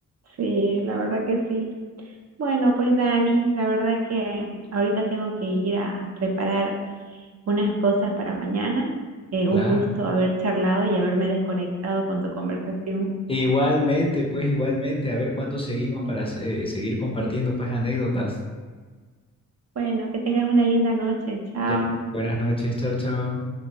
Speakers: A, on the right (about 50°); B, on the left (about 15°).
A: Sí, la verdad que sí. Bueno, pues Dani, la verdad que ahorita tengo que ir a preparar unas cosas para mañana. Eh,
B: Claro.
A: un gusto haber charlado y haberme desconectado con tu conversación.
B: Igualmente, pues igualmente, a ver cuándo seguimos para se- seguir compartiendo pues anécdotas.
A: Bueno, que tengas una linda noche. Chao.
B: Ya, buenas noches, chao, chao.